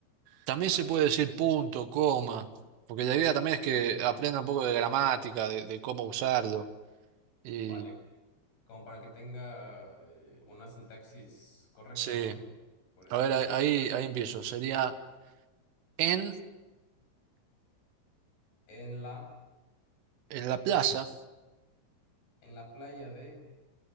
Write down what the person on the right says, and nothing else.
también
se puede
decir punto, coma, porque la idea también
es que aprenda un poco de gramática, de, de cómo usarlo. Y
sí,
a ver, a-
ahí, ahí empiezo. Sería en.
En la plaza.